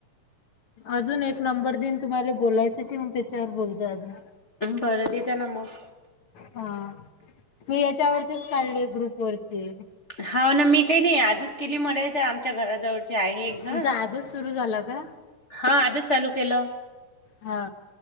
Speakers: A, on the left; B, on the left.
A: अजून एक नंबर दिन तुम्हाला बोलायसाठी मग त्याच्यावर बोल जा अजून
B: बरं देजा ना मग
A: हा मी याच्यावरचेच काढलय ग्रुप वरचे
B: हाव ना मी काही नाही आजच केली मदत ते आमच्या घराजवळचे आहे एक जण
A: तुमचा आजच सुरू झाला का?
B: हा आजच चालू केलं
A: हा